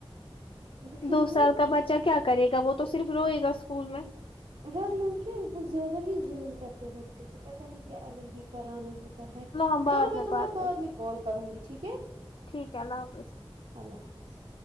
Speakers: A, on the right (about 80°); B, on the left (about 65°).
A: وہی
B: دو
A: نا
B: سال کا بچہ کیا کرے گا وہ تو صرف روئے گا اسکول میں
A: ورنہ کیا وہ زیادہ ہی ظلم کرتے بچے پہ پتہ نہیں کیا ایل ایل بی کرانا ہوتا ہے
B: ہم بعد
A: چلو میں تمہیں
B: بات
A: بعد
B: کرتے
A: میں کال کروں گی ٹھیک ہے
B: ٹھیک ہے اللہ حافظ
A: اللہ حافظ